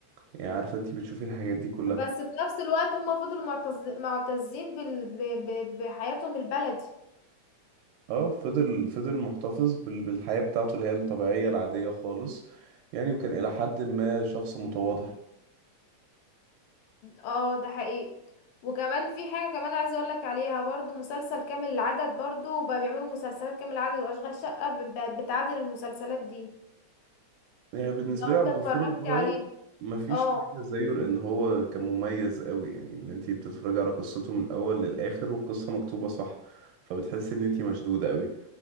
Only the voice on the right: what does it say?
يعني عارفه انت بتشوفي الحاجات دي كلها
اه فضل فضل محتفظ بال- بالحياه بتاعته اللي هي الطبيعيه العاديه خالص يعني وكان الى حد ما شخص متواضع
يعني بالنسبة
لي
عبد
الغفور البرعي
مفيش
حاجة زيه لأن هو كان مميز قوي يعني إن أنتي بتتفرجي على قصته من الأول للآخر والقصة مكتوبة صح فبتحسي إن أنتي مشدودة قوي